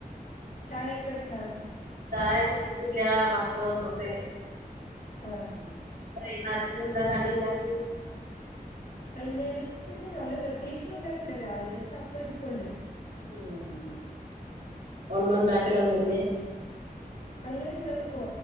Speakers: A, on the left (about 75°); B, on the right (about 80°).
A: ചായക്കൊ വെച്ചോ
B: ചായ കുടിച്ചിട്ടില്ല മക്കള് വന്നിട്ട്
A: ആഹ
B: വൈകുന്നേരം ത്തിന് എന്താ കടി ഉണ്ടാക്കി
A: വൈകുന്നേരത്തിന് അങ്ങനെ പ്രത്യേകിച്ചന്നും ഉണ്ടാക്കില്ല രാവിലെ അപ്പ ഇരിപ്പ ഉണ്ട്
B: ഉം ഒന്നും ഉണ്ടാക്കൽ ഒന്നും ഇല്ലെ
A: അങ്ങനെുള്ള കൊ